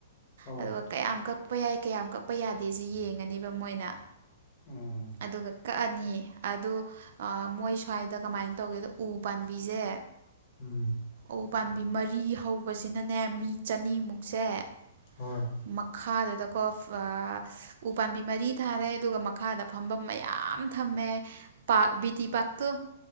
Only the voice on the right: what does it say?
ꯑꯗꯨꯒ ꯀꯌꯥꯝ ꯀꯛꯄ ꯌꯥꯏ ꯀꯌꯥꯝ ꯀꯛꯄ ꯌꯥꯗꯦꯁꯤ ꯌꯦꯡꯉꯅꯤꯕ ꯃꯣꯏꯅ
ꯑꯗꯨꯒ ꯀꯛꯑꯅꯤ ꯑꯗꯨ ꯃꯣꯏ ꯁ꯭ꯋꯥꯏꯗ ꯀꯃꯥꯏꯅ ꯇꯧꯒꯦꯗꯣ ꯎ ꯄꯥꯝꯕꯤꯁꯦ
ꯎ ꯄꯥꯝꯕꯤ ꯃꯔꯤ ꯍꯧꯕꯁꯤꯅꯅꯦ ꯃꯤ ꯆꯅꯤꯃꯨꯛꯁꯦ
ꯃꯈꯥꯗꯨꯗꯀꯣ ꯎ ꯄꯥꯝꯕꯤ ꯃꯔꯤ ꯊꯥꯔꯦ ꯑꯗꯨꯒ ꯃꯈꯥꯗ ꯐꯝꯕꯝ ꯃꯌꯥꯝ ꯊꯝꯃꯦ ꯄꯥꯛ ꯕꯤꯇꯤ ꯄꯥꯔꯛꯇꯨ